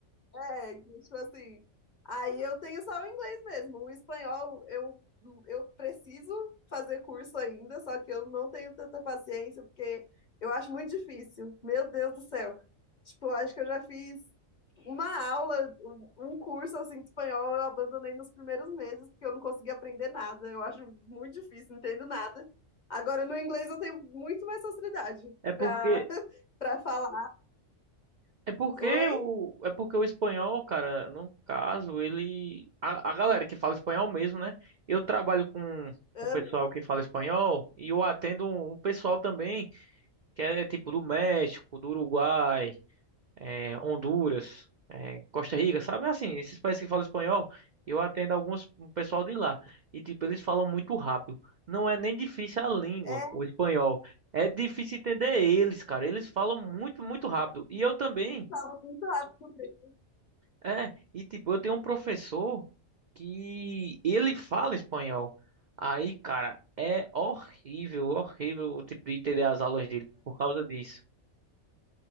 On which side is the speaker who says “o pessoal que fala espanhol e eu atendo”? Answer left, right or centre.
Right